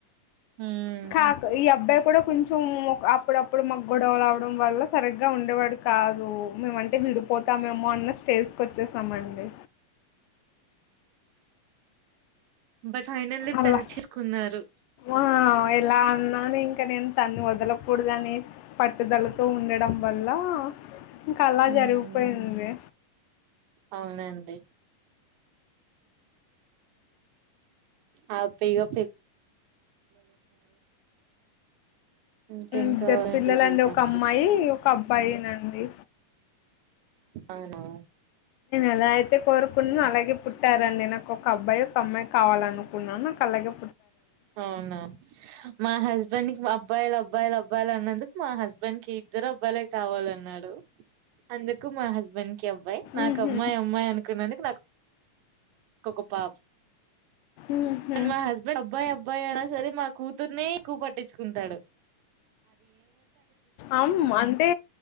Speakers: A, on the right; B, on the left.
A: హ్మ్
B: ాక ఈ అబ్బే కూడా కొంచెం అప్పుడప్పుడు మా గొడవలువడం వల్ల సరిగ్గా ఉండేవాడు కాదు మేమంటే విడిపోతామేమో అన్న స్టేజ్ కి వచ్చేసామండి
A: బట్ ఫైనల్లీ
B: అలా
A: పెళ్లి చేసుకున్నారు
B: ఆ ఎలా అన్నాను ఇంకా నేను తన్ని వదలకూడదని పట్టుదలతో ఉండడం వల్ల ఇంకా అలా
A: హ్మ్
B: జరిగిపోయింది
A: అవునండి హ్యాపీ గా ఇంకేం
B: ఇద్దరు
A: కావాలండి
B: పిల్లల
A: జీవితానికి
B: అండి ఒక అమ్మాయి కబ్ పైనండి
A: అవునా
B: ఎలా అయితే కోరుకున్నా అలాగే పుట్టారని నాకు ఒక అబ్బాయి ఒక అమ్మాయి కావాలను ఉ కల్లకి
A: అవునా మా హస్బెండ్ కిబ్బా పలా అబ్బాయిలు అబ్బయిలు అన్నందుకు మా హస్బెండ్ కి ఇద్దరు అబ్బాలే కావాలన్నాడు అందుకు మా హస్బెండ్ ఓకే అబ్బాయి నాకు
B: ఉహు.
A: అమ్మాయి అమ్మాయి అనుకున్నందుకు నాకు ఒక పాప
B: ఊహూ
A: కానీ మా హస్బెండ్ అబ్బాయి అబ్బాయి అయినా సరే మా కూతుర్ని ఎక్కువ పట్టిచ్చుకుంటాడు
B: అం అంటే